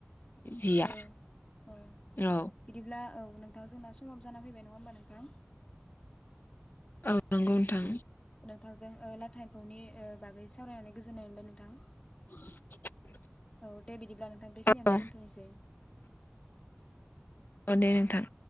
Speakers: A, on the left (about 45°); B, on the left (about 25°).
A: जिया
B: औ औ
A: औ
B: बिदिब्ला औ नोंथां जोंना समाबो जाना फैबाय नङा होमबा नोंथां?
A: औ नंगौ नोंथां।
B: नोंथांजों ओ लाथा एम्फौनि ओ बागै सावरायनानै गोजोननाय मोनबाय नोंथां।
A: <inaudible>
B: औ दे बिदिब्ला नोंथां बेखिनियावनो
A: औ
B: दोनथ'नोसै।
A: अ दे नोंथां।